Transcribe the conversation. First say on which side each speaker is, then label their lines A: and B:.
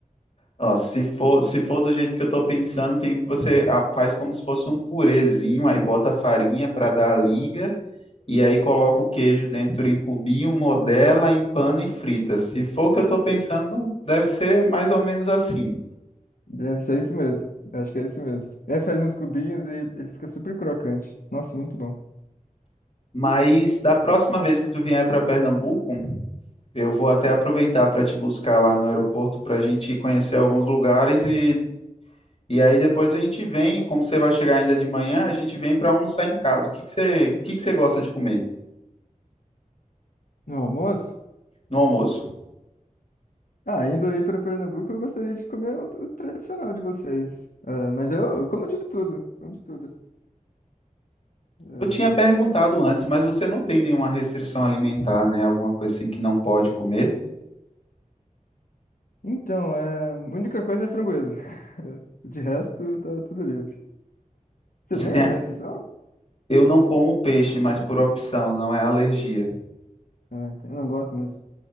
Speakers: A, on the left; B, on the left.
A: Ó, se for, se for do jeito que eu estou pensando, tem, você ah, faz como se fosse um purezinho, aí bota farinha para dar a liga. E aí coloca o queijo dentro em cubinho, modela, empana e frita. Se for o que eu estou pensando, deve ser mais ou menos assim.
B: Deve ser isso mesmo. Eu acho que é isso mesmo. Aí faz uns cubinhos e ele fica super crocante. Nossa, muito bom.
A: Mas da próxima vez que tu vier para Pernambuco, eu vou até aproveitar para te buscar lá no aeroporto para a gente conhecer alguns lugares e, e aí depois a gente vem, como você vai chegar ainda de manhã, a gente vem para almoçar em casa. O que que você, o que que você gosta de comer
B: No almoço?
A: no almoço?
B: Ah, indo aí para Pernambuco, eu gostaria de comer o o tradicional de vocês. Ah, mas eu, eu como de tudo, como de tudo. Ah,
A: Eu tinha perguntado antes, mas você não tem nenhuma restrição alimentar, né? Alguma coisa assim que não pode comer?
B: então, é, a única coisa é framboesa. <laughs> De resto, tá tudo livre. Você
A: Você
B: tem
A: tem
B: alguma restrição?
A: Eu não como peixe, mas por opção, não é alergia.
B: Ah, ent- eu não gosto mesmo.